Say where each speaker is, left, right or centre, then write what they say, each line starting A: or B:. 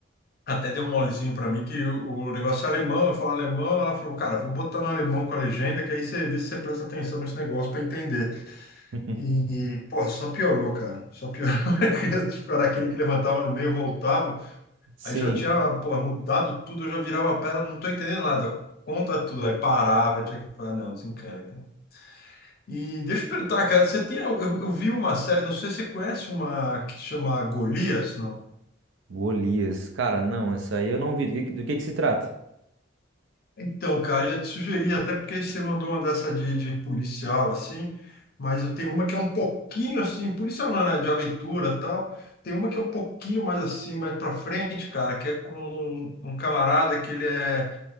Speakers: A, on the left; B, on the right.
A: até deu um molezinho pra mim, que o, o negócio é alemão, eu falo alemão, ela falou, cara, vou botar no alemão com a legenda, que aí você vê se você presta atenção nesse negócio pra entender.
B: <laughs>
A: E, e, porra, só piorou, cara. Só piorou. <laughs> Tipo, Era aquele que levantava no meio, voltava.
B: Sim.
A: Aí já tinha, pô, mudado tudo, eu já virava a pedra, não tô entendendo nada. Conta tudo, aí parava, tinha que falar, não, desencana, cara. E deixa eu perguntar, cara, você tem, eu, eu vi uma série, não sei se você conhece uma que chama Golias, não?
B: Golias. Cara, não, essa aí eu não vi. Do que, do que que se trata?
A: Então, cara, eu ia te sugerir, até porque você mandou uma dessa de, de policial, assim, mas eu tenho uma que é um pouquinho, assim, policial não, né, de aventura e tal. Tem uma que é um pouquinho mais, assim, mais pra frente, cara, que é com um, um camarada que ele é,